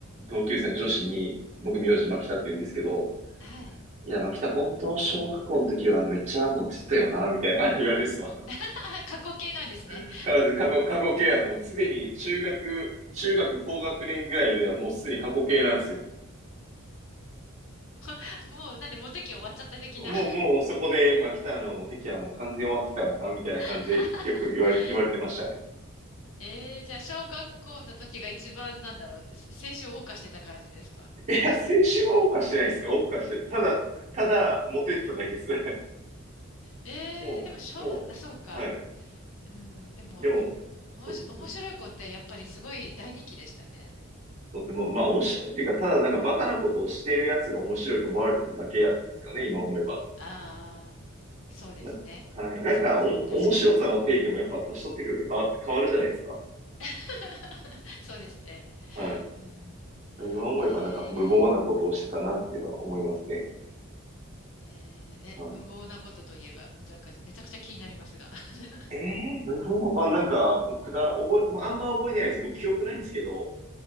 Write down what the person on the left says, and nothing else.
うん。
はい。
<laughs> 過去形なんですね。
<laughs> もう、なんで、モテ期終わっちゃった的な。
<laughs>
えー、じゃあ、小学校の時が一番、なんだろう、青春を謳歌してた感じですか
えー、
でも、小学、
あそうか。
うん、でも、
おもし、
面白い子ってやっぱりすごい大人気でしたね。
ああ、そうですね。
そうですね。確かに。
<laughs> そうですね。
うん、
えー、えーえ、
無謀なことといえば、なんかめちゃくちゃ気になりますが。<laughs>